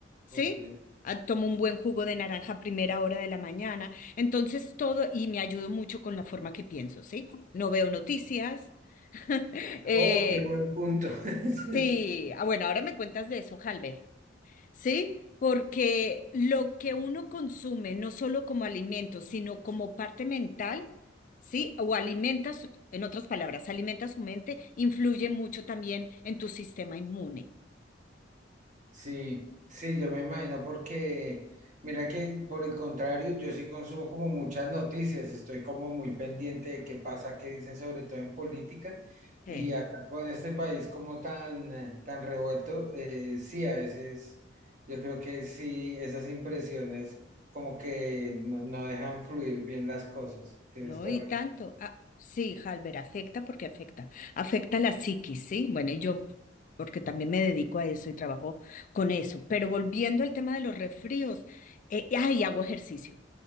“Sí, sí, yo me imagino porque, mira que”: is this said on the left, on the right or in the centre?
Right